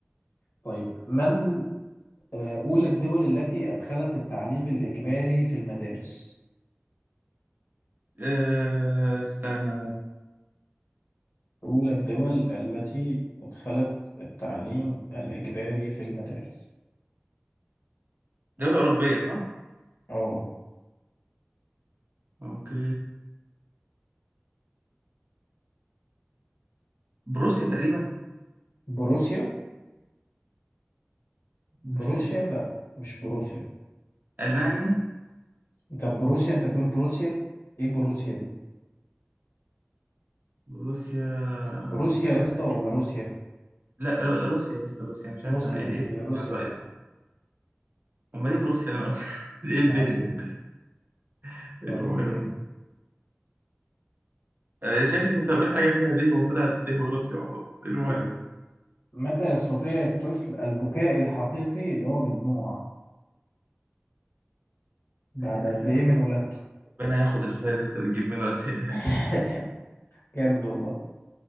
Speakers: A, on the left; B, on the right.
A: طيب من آه، أولى الدول التي أدخلت التعليم الإجباري في المدارس
B: آه، استنى
A: أولى الدول التي أدخلت التعليم الإجباري في المدارس
B: دولة أوروبية صح؟
A: أه
B: أوكي بروسيا تقريبا
A: بروسيا
B: مش
A: بروسيا
B: عارف
A: لا مش بروسيا
B: ألمانيا
A: طب بروسيا أنت بتقول بروسيا إيه بروسيا دي
B: بروسيا
A: بروسيا
B: صدق-
A: يا اسطى ولا روسيا
B: لا رو- روسيا يا اسطى روسيا مش
A: روسيا
B: عارف أنا إيه إيه
A: هي
B: بروسيا
A: روسيا
B: على الرأي
A: صح
B: أمال إيه بروسيا اللي أنا قلت <laughs>
A: مش
B: إيه البيه
A: عارف
B: دي <laughs>
A: طيب
B: المهم آه، شكلي كنت هقول حاجة فيها به وطلعت به وروسيا مع بعض المهم
A: طيب متى يستطيع الطفل البكاء الحقيقي اللي هو بدموع بعد
B: لا إله
A: قد
B: إلا
A: إيه
B: الله
A: من ولادته
B: ربنا ياخد الفايل اللي أنت بتجيب منه الأسئلة
A: <laughs>
B: دي
A: جامد والله